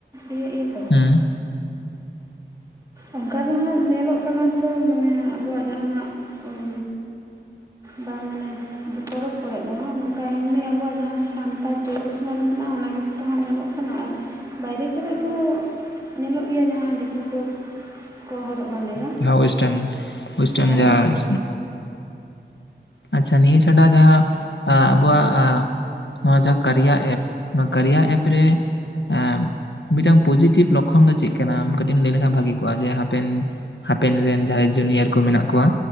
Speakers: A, on the right (about 20°); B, on the left (about 75°).
A: ᱤᱭᱟᱹ ᱤᱭᱟᱹ ᱠᱚᱨᱮ
B: ᱦᱩᱸ
A: ᱚᱱᱠᱟ ᱫᱚ ᱦᱟᱸᱜ ᱧᱮᱞᱚᱜ ᱠᱟᱱᱟ ᱛᱚ ᱢᱟᱱᱮ ᱟᱵᱚᱣᱟᱜ ᱡᱟᱦᱟᱸᱱᱟᱜ ᱩᱸᱻ ᱵᱟ ᱢᱟᱱᱮ ᱯᱚᱨᱚᱵᱽ ᱠᱚᱨᱮᱜ ᱫᱚ ᱦᱟᱸᱜ ᱱᱚᱝᱠᱟ ᱮᱢᱱᱤ ᱟᱵᱚᱣᱟᱜ ᱡᱟᱦᱟᱸ ᱥᱟᱱᱛᱟᱲ ᱴᱨᱟᱰᱤᱥᱚᱱᱟᱞ ᱢᱮᱱᱟᱜ-ᱟ ᱚᱱᱟ ᱜᱮᱛᱚ ᱦᱟᱸᱜ ᱧᱮᱞᱚᱜ ᱠᱟᱱᱟ ᱠᱟᱱᱟ ᱟᱨ ᱵᱟᱭᱨᱮ ᱠᱚᱨᱮᱜ ᱫᱚ ᱧᱮᱞᱚᱜ ᱜᱮᱭᱟ ᱡᱟᱦᱟᱸ ᱫᱤᱠᱩ ᱠᱚ ᱠᱚ ᱦᱚᱨᱚᱜ ᱵᱟᱸᱫᱮᱭᱟ
B: ᱡᱟᱦᱟᱸ ᱳᱭᱮᱥᱴᱟᱨᱱ ᱳᱭᱮᱥᱴᱟᱨᱱ
A: ᱦᱮᱸ
B: ᱡᱟᱦᱟᱸ ᱟᱪᱪᱷᱟ ᱱᱤᱭᱟᱹ ᱪᱷᱟᱰᱟ ᱡᱟᱦᱟᱸ ᱟᱵᱚᱣᱟᱜ-ᱟᱸ ᱱᱚᱣᱟ ᱡᱟᱦᱟᱸ ᱠᱟᱨᱤᱭᱟ ᱮᱯ ᱚᱱᱟ ᱠᱟᱨᱤᱭᱟ ᱮᱯ ᱨᱮ ᱮᱸ ᱢᱤᱫᱴᱟᱝ ᱯᱚᱡᱤᱴᱤᱵᱷ ᱞᱚᱠᱠᱷᱚᱱ ᱫᱚ ᱪᱮᱫ ᱠᱟᱱᱟ ᱟᱢ ᱠᱟᱹᱴᱤᱡ ᱮᱢ ᱞᱟᱹᱭ ᱞᱮᱠᱷᱟᱱ ᱵᱷᱟᱹᱜᱤ ᱠᱚᱜᱼᱟ ᱡᱮ ᱦᱟᱯᱮᱱ ᱦᱟᱯᱮᱱ ᱨᱮᱱ ᱡᱟᱦᱟᱸᱭ ᱡᱩᱱᱤᱭᱟᱨ ᱠᱚ ᱢᱮᱱᱟᱜ ᱠᱚᱣᱟ